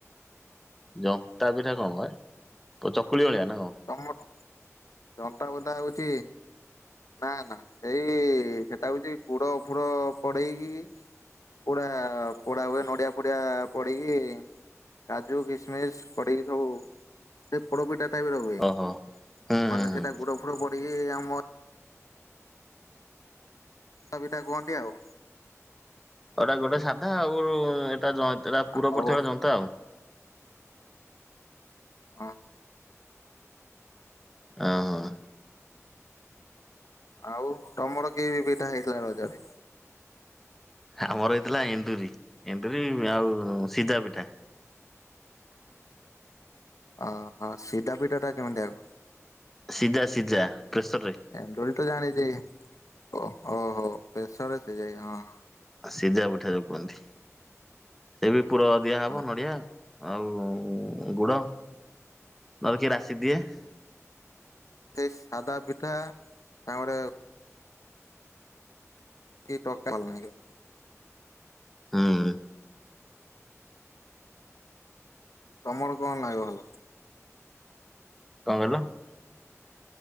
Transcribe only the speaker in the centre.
ଜନ୍ତା ପିଠା କଣ ହେ ତ ଚକୁଳି ଭଳିଆ ନା କଣ?
ଓହୋ ହୁଁ ହୁଁ ହୁଁ
ଏଡା ଗୋଟେ ସାଧା ଆଉ ଏଇଟା ଜ ସେଟା ପୁର
ପଡିଥିବା ଜନ୍ତା ଆଉ
ଓ ହ
ଆମର ହେଇଥିଲା ଏଣ୍ଡୁରି ଏଣ୍ଡୁରି ରି ଆଉ ସିଜା ପିଠା।
ସିଜା ସିଜା ପ୍ରେସର ରେ ।
ସିଜା ପିଠା ଯଉ କୁହନ୍ତି ସେ ବି । ପୁର ଦିଆହବ
ନଡ଼ିଆ । ଆଉ ଗୁଡ ନହେଲେ କିଏ ରାଶି ଦିଏ ।
ହୁଁ ।
କଣ କହିଲ ।